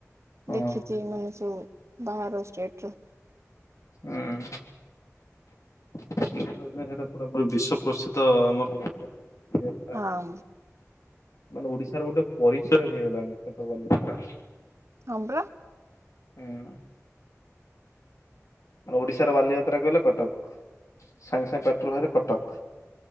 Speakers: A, on the left; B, on the right.
A: ହଁ।
B: ଦେଖିଛି ମାନେ ସବୁ ବାହାର ଷ୍ଟେଟ ର।
A: ହୁଁ। <unintelligible> ସେଟା ପୁରା ବିଶ୍ଵ ପ୍ରସିଦ୍ଧ ଆମର କଟକ ବାଲି
B: ହଁ।
A: ମାନେ ଓଡିଶାର ଗୋଟେ ପରିଚୟ ହେଇଗଲାଣି କଟକ ବାଲିଯାତ୍ରା।
B: ହଁ ପରା
A: ହୁଁ ମ ଓଡିଶାର ବାଲିଯାତ୍ରା କହିଲେ କଟକ। ସାଙ୍ଗେ ସାଙ୍ଗେ ପାଟିରୁ ବାହାରିବ କଟକ।